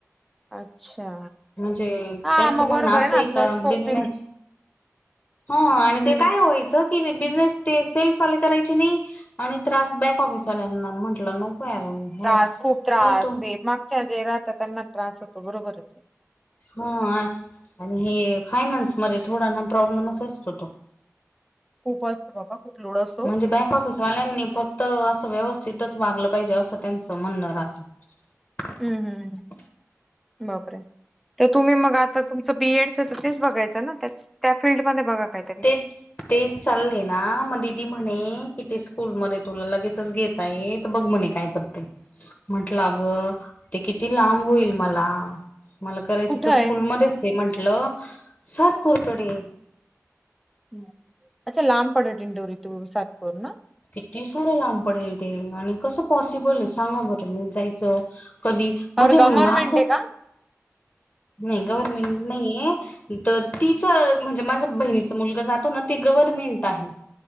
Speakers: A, in the centre; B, on the left.
A: अच्छा
B: म्हणजे
A: हा
B: त्यांचं
A: मग
B: म्हण
A: बरोबर
B: असे
A: ना
B: आहे
A: आपलं
B: का
A: स्कोप
B: बिझनेस
A: नाही भेट
B: ह आणि
A: हम्म
B: ते काय व्हायचं कि बिझनेस ते सेल्सवाले करायचे नाही आणि त्रास बॅक ऑफिसवाल्यांना म्हटलं नको यार हे
A: त्रास खूप त्रास
B: फालतू
A: ते मागच्या जे राहतात त्यांना त्रास होतो बरोबर होते
B: हा आणि हे फायनान्समध्ये थोडा ना प्रॉब्लेमच असतो तो
A: उपवास बाबा खूप लोड असतो.
B: म्हणजे बँक ऑफ ऑफिसवाल्यांनी फक्त असं व्यवस्थितच वागलं पाहिजे असं त्यांचं म्हणणं राहतं <inaudible>
A: हम्म हम्म बापरे तर तुम्ही मग आता तुमचं बीएडच तर तेच बघायच ना त्याच त्या फील्डमध्येध्ये बघा काहीतरी
B: तेच तेच चाललंय ना मग दिदी म्हणे कि ते स्कूल मध्ये तुला लगेचच घेत आहेत तर बघ म्हणे काय करते म्हटलं अग ते किती लांब होईल मला मला करायचं
A: कुठं
B: तर स्कूलमध्येच
A: आहे
B: आहे म्हंटलं सातपूरकडे
A: ह् अच्छा लांब पडेल दिंडोरी टू सातपूर ना
B: किती सार लांब पडेल ते आणि कसं पॉसिबल आहे सांगा बरं मी जायचं कधी म्हणजे
A: और गव्हर्मेंट
B: असं,,
A: आहे का
B: नाही गव्हर्मेंट नाहीये, त तिचं म्हणजे माझं बहिणीचा मुलग जातो ना, ते गव्हर्मेंट आहे.